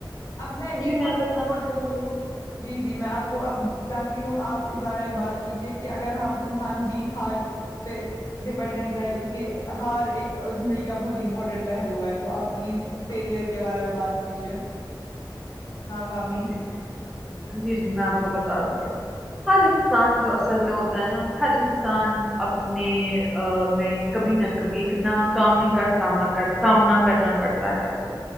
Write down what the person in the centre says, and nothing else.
جی
بتانا
چاہوں
گی
جی جی جی جی میں آپ کو بتاتی ہوں ہر انسان جو اصل میں ہوتا ہے نا ہر انسان اپنےاو میں کبھی نہ کبھی ایک ناکامی کا سامنا کر سامنا کرنا پڑتا ہے اس سے